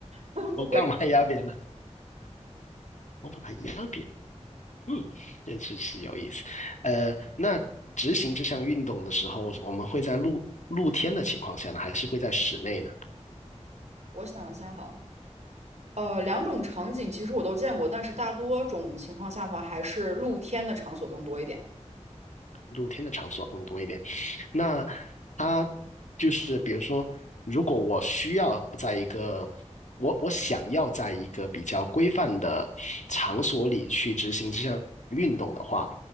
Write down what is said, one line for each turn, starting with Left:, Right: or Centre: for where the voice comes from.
Left: <laughs>
Right: <laughs> 不规则
Left: 我干嘛压扁呢？我把它压扁。嗯，这是是有意思。呃，那执行这项运动的时候，我们会在露露天的情况下呢，还是会在室内呢？
Right: 我想一下哈。呃，两种场景其实我都见过，但是大多种情况下的话，还是露天的场所更多一点。
Left: 露天的场所更多一点。那它就是比如说，如果我需要在一个我我想要在一个比较规范的场所里去执行这项运动的话，